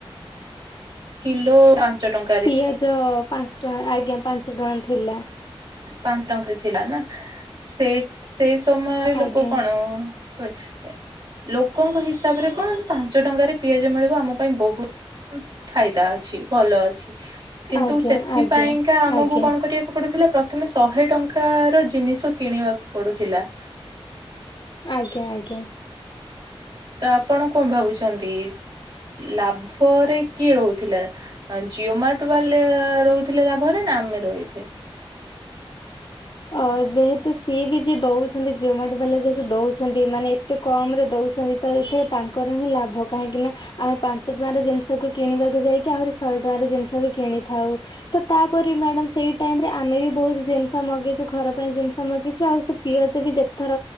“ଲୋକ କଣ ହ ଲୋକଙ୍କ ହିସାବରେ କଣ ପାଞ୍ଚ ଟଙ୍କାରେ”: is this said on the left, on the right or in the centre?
Right